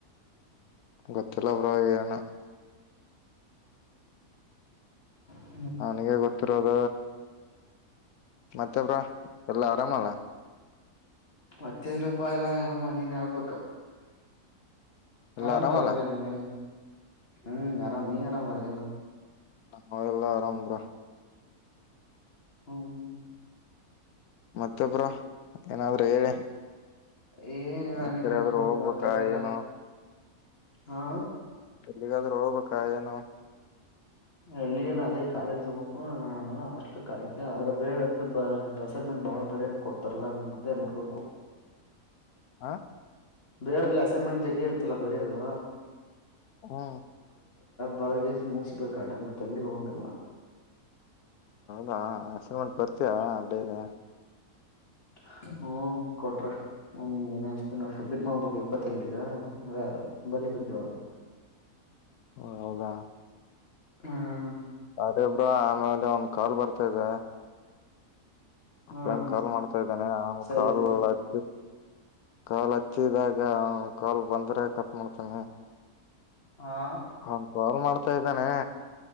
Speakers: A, on the left (about 80°); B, on the left (about 40°).
A: ಗೊತ್ತಿಲ್ಲ ಬ್ರೋ ಏನು
B: ಹ್ಮ.
A: ನನಗೆ ಗೊತ್ತಿರೋದ. ಮತ್ತಬ್ರ ಎಲ್ಲಾ ಆರಾಮಲ್ಲ
B: ಮತ್ತೆ ಇರಪ್ಪ ಎಲ್ಲ ನರ ಮನ್ನಿ ನಬೇಕ
A: ಎಲ್ಲ
B: ಅರಾಮಲ
A: ಆರಾಮಲ್ಲ
B: ಅವಲ್ಲಾರಂಗ ಹ್ಮ್ ಆರಾಮ ನೀ ಆರಾಮ ಲಲ್ಲ
A: ನ ಎಲ್ಲಾ ಆರಾಮ್ರ
B: ಹ್ಮ್ ಹ್ಮ್.
A: ಮತ್ತೊಬ್ರ ಏನಾದ್ರೂ ಹೇಳಿ.
B: ಏನಬೇಕು
A: ಎಕಡೆಾದ್ರೂ ಹೋಗ್ಬೇಕಾ
B: ಮತ್ತ ಕಡೆಲ್ಲ
A: ಏನು
B: ಹಾ
A: ಎಲ್ಲಿಗಾದ್ರೂ ಹೋಗ್ಬೇಕಾ ಏನು
B: ಎಲ್ಲಿಲ್ಲ ಅದೇ ಕಾಲೇಜ್ ಹು ನಾನು ಹಾಸ್ಟ್ಲ್ ಕಾಲೇಜ ಅದ್ರ ಬೇಡ ಅಂತ ದಸರ ಮ ಬಾಳ್ ಬರ ಕೊಡ್ತಾರಲ್ಲಾ ಮದ್ ಮಾಡ್ಕೊಂಡ್
A: ಹಾ
B: ಬೇಡಲ್ಲಿ ಅಸೈನ್ಮೆಂಟ್ ಜಗ ಇರುತ್ತಲ್ಲ ಬರಿೋದ
A: ಹ್ಮ
B: ಬರದಗೆಸ ಮುಗಸ್ಬೇಕಾಡ ಮತ್ತೆಲ್ಲಿ ಹೋಗಂಗಲ್ಲ
A: ದಾ ಅಸಲ್ಮಂಟ್ ಪರ್ಚಿಯಾ ಅಡೇಲಿ
B: ಹ ಹ್ಮ ಕೊಟ್ರ ಒಂದ್ ಮಷ್ಟ ನಬ್ಬತ್ ಮಾಡಬೇಕು ಇಪ್ಪತ್ತೆಂಟರಾರ ಹ
A: ಹ ಹೌದಾ
B: ಹ್ಮ್
A: ಅದೇ ಬ್ರೋ ಆಮೇಲೆ ಒಂದ್ ಕಾಲ್ ಬರ್ತಾದೆ ಅಪ್ಪ
B: ಹ್ಮ್
A: ನ್ ಕಾಲ್ ಮಾಡ್ತಾ ಇದ್ದೇಾನನೆ ಅವನ್
B: ಸರಿ
A: ಕಾಲ್
B: ಸರಿ
A: ಹಚ್ಚಿ ಕಾಲ್ ಹಚ್ಚಿದಾಗ ಕಾಲ್ ಬಂದ್ರೆ ಕಟ್ ಮಾಡ್ತಂಗಿ
B: ಹಾ
A: ಹನ್ ಕಾಲ್ ಮಾಡ್ತಾ
B: ಹ
A: ಇದ್ದಾನೆ